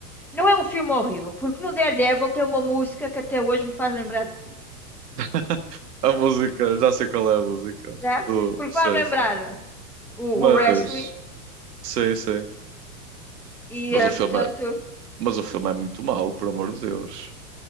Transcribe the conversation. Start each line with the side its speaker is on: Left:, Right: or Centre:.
Centre: Não é um filme horrível, porque no Daredevil tem uma música que até hoje me faz lembrar de ti,
Right: <laughs> A música, já sei qual é a música.
Centre: já?
Right: Do,
Centre: Porque
Right: sei,
Centre: faz-me lembrar
Right: sei.
Centre: o,
Right: Mas.
Centre: o wrestling
Right: Sei, sei.
Centre: e,
Right: Mas
Centre: eh,
Right: o filme
Centre: portanto,
Right: é, mas o filme é muito mau, por amor de Deus.